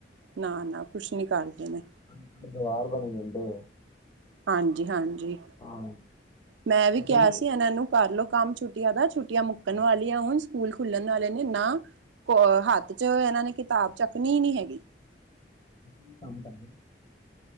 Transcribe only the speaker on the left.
ਅਨਪੜ੍ਹ ਗਵਾਰ ਬਣੀ ਜੰਦੇ।
ਹਾਂ,
ਤੁਸੀਂ
ਹਾਂ,
ਹਾਂ,
ਤੁਸੀ ਵੀ ਕੰਮ ਕਰਦੇ <unintelligible>